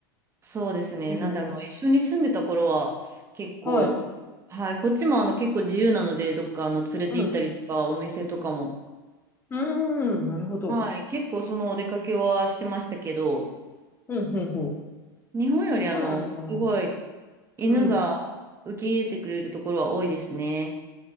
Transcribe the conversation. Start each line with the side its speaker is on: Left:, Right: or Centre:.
Right: そうですね、
Left: でも、
Right: なんであの、一緒に住んでた頃は結構、
Left: はい。
Right: はい、こっちもあの結構自由なので、どっかあの連れて行ったりとか、
Left: うん。
Right: お店とかも、
Left: うーん、なるほど。
Right: はい、結構そのお出かけはしてましたけど、
Left: うん、うん、うん。
Right: 日本よりあの、
Left: そうなんだ。
Right: すごい犬が
Left: うん。
Right: 受け入れてくれるところは多いですね。